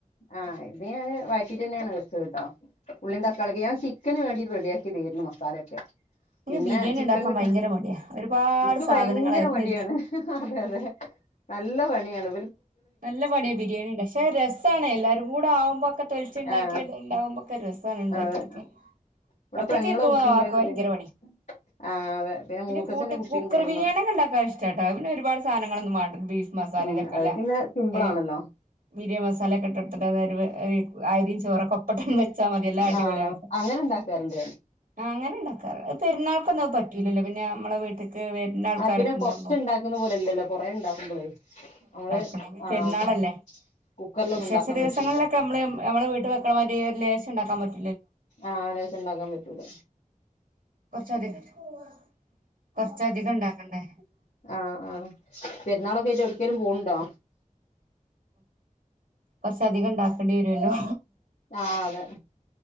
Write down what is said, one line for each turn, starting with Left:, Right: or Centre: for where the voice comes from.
Left: ആ ഇത് ഞാന് വയ റ്റി തന്നെയാണ് വെച്ചത്ട്ടാ ഉള്ളി തക്കളിക്കെ ഞാൻ ചിക്കന് വേണ്ടിട്ട് റെഡിയാക്കി താരുന്നു മസാലയൊക്കെ
Right: നിക്ക്
Left: പിന്നെ
Right: ബിരിയാണി
Left: ചിക്കൻ
Right: ഉണ്ടാക്കാൻ
Left: കിട്ടാൻ
Right: ഭയങ്കര മടിയാ ഒരുപാട്
Left: ഇക്ക്
Right: സാധനങ്ങ
Left: ഭയങ്കര
Right: അരിഞ്ഞെടുക്ക
Left: മടിയാണ് അതെ അതെ നല്ല പണിയണ്
Right: നല്ല പണിയ ബിരിയാണി ഉണ്ട പക്ഷെ രസാണ് എല്ലാരും കൂടെ ആവുമ്പോക്കെതൊലിച്ച് ണ്ടാക്കിണ്ടുമ്പോക്കെ
Left: ആഹ്
Right: രസമാണ് ഉണ്ടാക്കിഎടുക്കാൻ
Left: അതെ ഇവിടെ
Right: ഒറ്റക്ക്
Left: പെങ്ങളെ കുട്ടി ഉണ്ടായിരുന്നു
Right: ഭയങ്കര
Left: പിന്നെ
Right: മടി
Left: ആഹ് അതെ
Right: പിന്നെ
Left: മൂത്തച്ഛന്റെ
Right: കൂട്ട
Left: കുട്ടി
Right: കുക്കർ
Left: ഉണ്ടായിരുന്നു
Right: ബിരിയാണി ഒക്കെ ഉണ്ടാക്കാൻ ഇഷ്ടാട്ടോ പിന്നെ ഒരുപാട് സധങ്ങളൊന്നും വേണ്ട ബീഫ് മസാലക്കല്ലേ
Left: ഉം അത് പിന്നെ സിമ്പിൾ
Right: ഏ
Left: ആണല്ലോ
Right: ബിരിയ മസാല ഒക്കെ ഇട്ടെടുത്തിട്ട് അരിയും ചോറൊക്കെ ഒപ്പട്ടം വെച്ചാ മതിയല്ല അടിപൊളിയ
Left: ആഹ്
Right: ആക്ക
Left: അങ്ങനെ ഉണ്ടാക്കാറുണ്ട്
Right: ആ അങ്ങനെ ഉണ്ടാക്കാറ് പെരുന്നാൾക്കൊന്നും പറ്റൂലല്ലോ പിന്നെ നമ്മളെ വീട്ടിക്ക് വരുന്ന ആൾക്കാരൊക്കെ
Left: തിനെ
Right: ഉണ്ടാവുമ്പോ
Left: കൊറച്ച്ണ്ടാക്കുന്ന പോലെല്ലല്ലോ കൊറേ ണ്ടാക്കുമ്പളെ നമ്മള്
Right: ഈ
Left: ആഹ്
Right: പെരുന്നാളല്ലേ
Left: കുക്കറിലൊന്നും
Right: വിശേഷ
Left: ഉണ്ടാക്കാൻ
Right: ദിവസങ്ങളിലൊക്കെ
Left: പറ്റൂല
Right: നമ്മള് നമ്മള് വീട്ട വെക്കണമാതിരി ഒരു ലേശം ഉണ്ടാക്കാൻ പറ്റും
Left: ആ <unintelligible> ഉണ്ടാക്കാൻ പറ്റൂല
Right: <unintelligible> കൊറച്ചധികം ഇണ്ടാക്കണ്ടേ
Left: ആ ആ പെരുന്നാളൊക്കെ ആയിട്ട് എവിടേക്കെങ്കിലും പോണുണ്ടോ
Right: കൊറച്ചധികം ഉണ്ടാക്കേണ്ടി വരുവല്ലോ
Left: ആ അതെ